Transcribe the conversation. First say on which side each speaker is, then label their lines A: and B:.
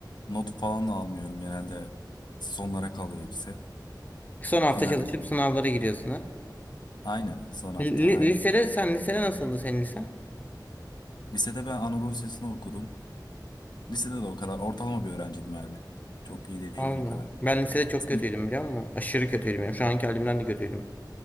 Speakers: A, on the left; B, on the left.
A: not falan da almıyorum genelde. Sonlara kalıyor hepsi.
B: Son hafta
A: Final.
B: çalışıp sınavlara giriyorsun ha.
A: Aynen son hafta
B: Li- li-
A: hallettim.
B: lisede sen lisede nasıldı senin lisen?
A: Lisede ben Anadolu Lisesi'ni okudum. Lisede de o kadar ortalama bir öğrenciydim yani. Çok iyi değildim
B: Allah.
A: o kadar.
B: Ben lisede çok
A: Senin,
B: kötüydüm biliyor musun? Aşırı kötüydüm. Yani şu anki halimden de kötüydüm.